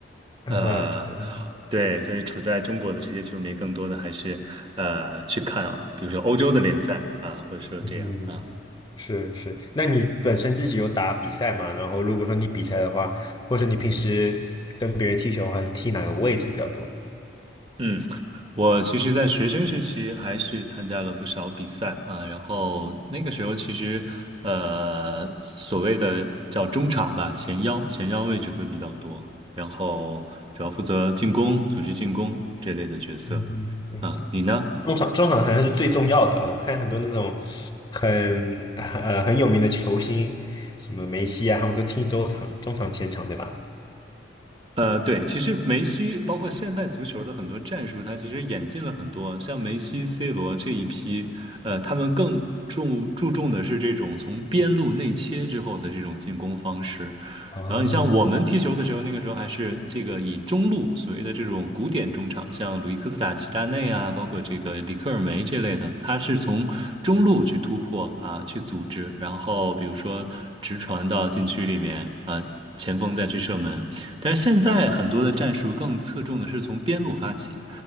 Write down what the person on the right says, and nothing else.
呃，对，所以处在中国的这些球迷，更多的还是呃去看啊，比如说欧洲的联赛啊，或者说这样啊。
嗯，我其实，在学生时期还是参加了不少比赛啊，然后那个时候其实，呃，所谓的叫中场吧，前腰，前腰位置会比较多，然后主要负责进攻、组织进攻这类的角色。
啊，你呢？
呃，对，其实梅西包括现在足球的很多战术，他其实演进了很多。像梅西、C 罗这一批，呃，他们更注注重的是这种从边路内切之后的这种进攻方式。
然后你像我们踢球的时候，那个时候还是这个以中路所谓的这种古典中场，像鲁伊科斯塔、齐达内啊，包括这个里克尔梅这类的，他是从中路去突破啊，去组织，然后比如说直传到禁区里面啊，前锋再去射门。但是现在很多的战术更侧重的是从边路发起，